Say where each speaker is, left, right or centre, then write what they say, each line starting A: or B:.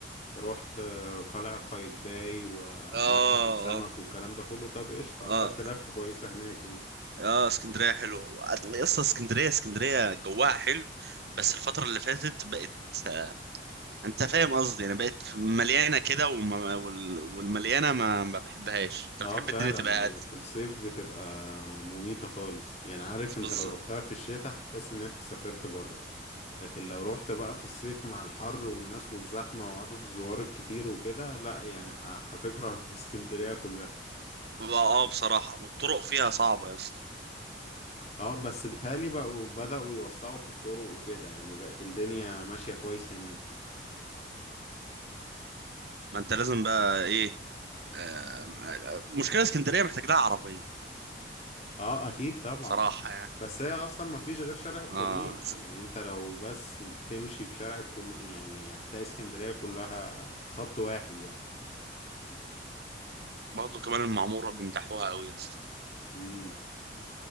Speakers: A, on the left (about 35°); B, on the right (about 65°).
A: رحت قلعة قايتباي ومتحف
B: آه
A: السمك
B: آه
A: والكلام ده كله طب قشطة
B: آه
A: خدت لفة كويسة هناك يعني
B: آه اسكندرية حلوة يا اسطى اسكندرية اسكندرية جواها حلو بس الفترة اللي فاتت بقت آه، أنت فاهم قصدي يعني بقت مليانة كده وما- وال- والمليانة ما ما بحبهاش أنت
A: اه
B: بتحب
A: فعلا
B: الدنيا تبقى
A: هي
B: هادية
A: في الصيف بتبقى مميتة خالص يعني عارف انت
B: بس
A: لو رحتها في الشتاء هتحس ان انت سافرت بره لكن لو روحت بقى في الصيف مع الحر والناس والزحمة وعدد الزوار الكتير وكده لا يعني ه- هتكره <laughs> اسكندرية كلها
B: اه آه، بصراحة والطرق فيها صعبة يا اسطى
A: اه بس بيتهيألي بقوا بدأوا يوسعوا في الطرق وكده يعني بقت الدنيا ماشية كويس هناك
B: ما انت لازم بقى ايه آه، مشكلة اسكندرية محتاج لها عربية
A: اه اكيد طبعا
B: بصراحة يعني
A: بس هي اصلا ما فيش غير شارع الكورنيش
B: اه ز-
A: يعني انت لو بس بتمشي في شارع الكورنيش يعني هتلاقي اسكندرية كلها خط واحد يعني
B: برضه كمان المعمورة بيمدحوها قوي يا اسطى
A: امم